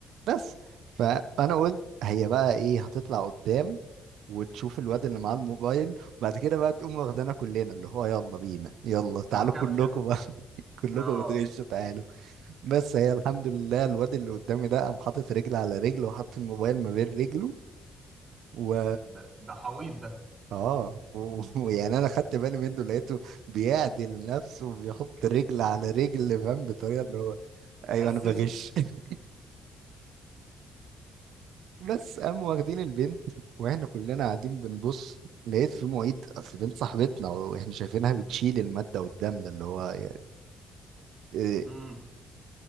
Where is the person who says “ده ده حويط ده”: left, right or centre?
Right